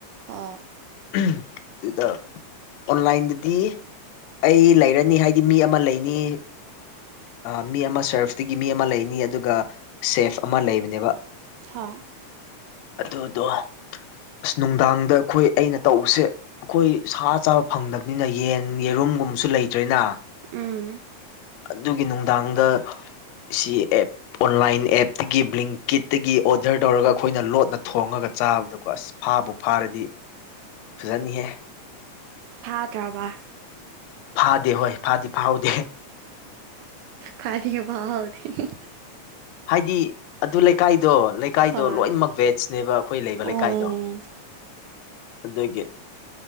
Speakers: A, on the right (about 80°); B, on the left (about 75°).
A: ꯍꯣꯏ
B: ꯑꯗꯨꯗ ꯑꯣꯟꯂꯥꯏꯟꯗꯗꯤ ꯑꯩ ꯂꯩꯔꯅꯤ ꯍꯥꯏꯗꯤ ꯃꯤ ꯑꯃ ꯂꯩꯅꯤ ꯃꯤ ꯑꯃ ꯁꯔꯐꯇꯒꯤ ꯃꯤ ꯑꯃ ꯂꯩꯅꯤ ꯑꯗꯨꯒ ꯁꯦꯐ ꯑꯃ ꯂꯩꯕꯅꯦꯕ
A: ꯊ
B: ꯑꯗꯨꯗꯣ ꯑꯁ ꯅꯨꯡꯗꯥꯡꯗ ꯑꯩꯈꯣꯏ ꯑꯩꯅ ꯇꯧꯕꯁꯦ ꯑꯩꯈꯣꯏ ꯁꯥ ꯆꯥꯕ ꯐꯪꯗꯕꯅꯤꯅ ꯌꯦꯟ ꯌꯦꯔꯨꯝꯒꯨꯝꯕꯁꯨ ꯂꯩꯇ꯭ꯔꯔꯤꯅ
A: ꯎꯝ
B: ꯑꯗꯨꯒꯤ ꯅꯨꯡꯗꯥꯡꯗ ꯁꯤ ꯑꯦꯞ ꯑꯣꯟꯂꯥꯏꯟ ꯑꯦꯞꯇꯒꯤ ꯕ꯭ꯂꯤꯡꯀꯤꯠꯇꯒꯤ ꯑꯣꯔꯗꯔ ꯇꯧꯔꯒ ꯑꯩꯈꯣꯏꯅ ꯂꯣꯠꯅ ꯊꯣꯡꯉꯒ ꯆꯥꯕꯗꯣꯀꯣ ꯑꯁ ꯐꯥꯕꯨ ꯐꯥꯔꯗꯤ ꯐꯖꯟꯍꯦ
A: ꯐꯥꯗ꯭ꯔꯕ
B: ꯐꯥꯗꯦ ꯍꯣꯏ ꯐꯥꯗꯤ ꯐꯥꯎꯗꯦ
A: ꯐꯗꯤ ꯐꯥꯎꯥꯎ ꯊ
B: ꯍꯥꯏꯗꯤ ꯑꯗꯨ ꯂꯩꯀꯥꯏꯗꯣ ꯂꯩꯀꯥꯏꯗꯣ
A: ꯍꯣꯏ
B: ꯂꯣꯏꯅꯃꯛ ꯕꯦꯖꯅꯦꯕ ꯑꯩꯈꯣꯏ ꯂꯩꯕ
A: ꯑꯣ
B: ꯂꯩꯀꯥꯏꯗꯣ ꯑꯗꯒꯤ